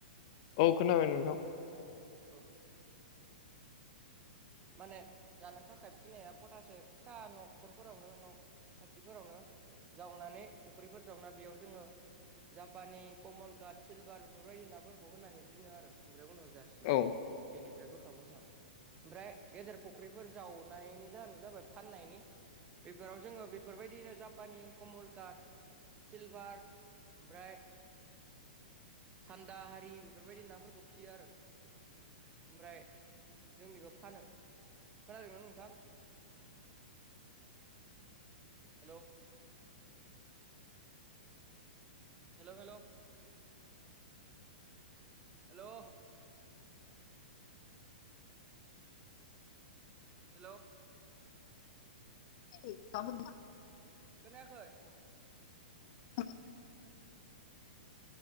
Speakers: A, on the left; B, on the right.
A: औ खोनाबाय नोंथां।
B: औ माने जानो थाखाय फिनाया खथासे फिसा न'खरफोरावनो न' खाथिफोरावनो जावनानै फुख्रिफोर जावना बेयाव जोङो जापानि कमलकाट सिलभार बेफोरबायदि नाफोरखौ होनानै दिनो आरो ओमफ्राय उनाव जासिगोन
A: औ
B: बेनिफ्राय बोखां बोखां ओमफ्राय गेदेर फुख्रिफोर जावनायनि जाहोनानो जाबाय फाननायनि बेफोराव जोङो बेफोरबायदिनो जापानि कमलकाट सिलभार ओमफ्राय सान्दा हारि बेफोरबायदि नाफोरखौ फियो आरो ओमफ्राय जों बेखौ फानो खोनादों ना नोंथां hello hello hello hello hello
A: <unintelligible>
B: खोनायाखै
A: <unintelligible>